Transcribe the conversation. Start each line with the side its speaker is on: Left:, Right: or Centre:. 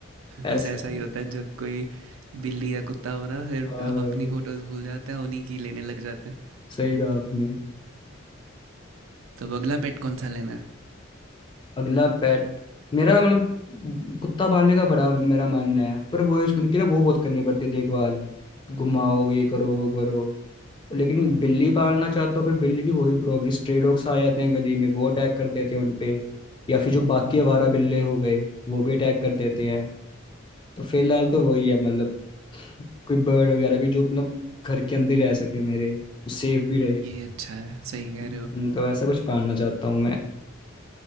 Left: ऐसा
Right: बस ऐसा ही
Left: है
Right: होता है जब कोई बिल्ली या कुत्ता हो ना फिर
Left: हाँ
Right: हम
Left: भाई
Right: अपनी फोटोज भूल जाते हैं उन्हीं की लेने लग जाते हैं
Left: सही कहा आपने
Right: तो अब अगला पेट कौन सा लेना है
Left: अगला पेट मेरा मतलब कुत्ता पालने का बड़ा मेरा मन है पर वो उनकी ना वो बहुत करनी पड़ती है देखभाल घुमाओ ये करो वो करो लेकिन बिल्ली पालना चाहता हूँ पर बिल्ली की वही प्रॉब्लम स्ट्रे डॉग्स आ जाते हैं गली में वो अटैक कर देते हैं उनपे या फिर जो बाकी आवारा बिल्ले हो गए वो भी अटैक कर देते हैं तो फिलहाल तो वही है मतलब कोई बर्ड वगैरह कोई जो मतलब घर के अंदर ही रह सके मेरे सेफ भी रहे
Right: ये अच्छा है सही कह
Left: हम्म,
Right: रहे हो
Left: तो ऐसा कुछ पालना चाहता हूँ मैं